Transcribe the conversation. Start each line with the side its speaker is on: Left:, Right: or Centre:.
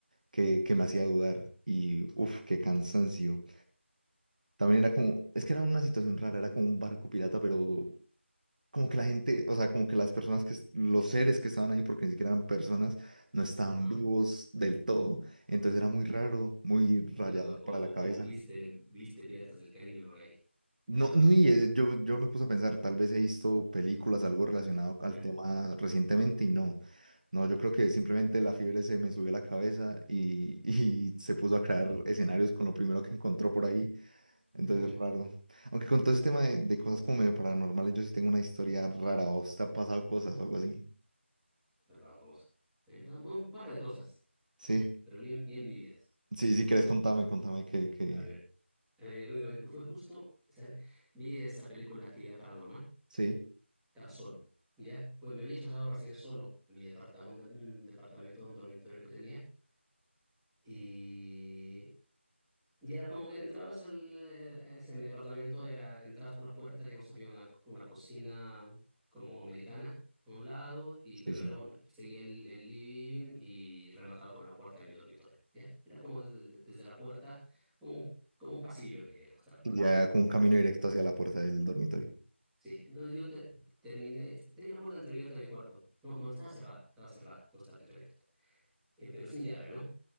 Right: que, que me hacía dudar. Y uff, qué cansancio. También era como, es que era una situación rara, era como un barco pirata, pero como que la gente, o sea, como que las personas que, es- los seres que estaban ahí, porque ni siquiera eran personas, no estaban
Centre: ajá.
Right: vivos del todo. Entonces era muy raro, muy rayador
Centre: No, o, o-
Right: para la cabeza.
Centre: o viste, viste Piratas del Caribe por ahí y
Right: No,
Centre: te dormiste.
Right: no, y eh, yo, yo me puse a pensar, tal vez he visto películas, algo relacionado al
Centre: Eh,
Right: tema recientemente y no. No, yo creo que simplemente la fiebre se me subió a la cabeza y, <laughs> y se puso a crear escenarios con lo primero que encontró por ahí. Entonces,
Centre: ujú. Me han
Right: es raro. Aunque con todo ese tema de, de cosas como medio paranormales, yo sí tengo una historia rara. ¿O te ha pasado cosas o algo así?
Centre: pasado cosas. Me han pasado un par de cosas,
Right: Sí,
Centre: pero bien, bien vividas.
Right: sí, si quieres, contame, contame que, que...
Centre: A ver, a ver, bueno, fue justo, ¿sabes? Vi esta película Actividad Paranormal,
Right: Sí,
Centre: estaba solo, ¿ya? Fue, me había trasladado recién solo a mi departamento, un departamento de un dormitorio que tenía y, y era como que entrabas al, eh, ese, mi departamento, era, entrabas por la puerta, digamos, había una, una cocina como americana a un lado, y, pero
Right: sí, sí.
Centre: era un, seguía el, el living y remataba con la puerta de mi dormitorio, ¿ya? Era como desde, desde la puerta, como un como un pasillo, digamos, hasta la puerta
Right: Ya
Centre: de mi cuarto.
Right: con
Centre: bueno.
Right: un camino directo hacia la puerta del dormitorio.
Centre: Sí, entonces yo te- terminé, este, tenía la puerta entreabierta de mi cuarto. No, no, estaba cerrada, estaba cerrada, no estaba entreabierta. Eh, pero sin llave, ¿no?